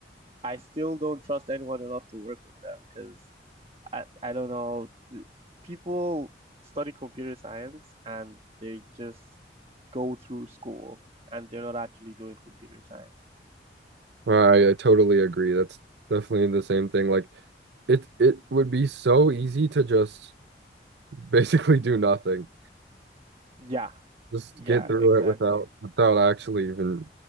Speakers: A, on the right; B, on the right.
A: I still don't trust anyone enough to work with them because I, I don't know. Th- People study computer science and they just go through school and they're not actually doing computer science.
B: I I totally agree. That's definitely the same thing. Like it it would be so easy to just <laughs> basically do nothing.
A: Yeah,
B: Just
A: yeah,
B: get through
A: exactly.
B: it without without actually even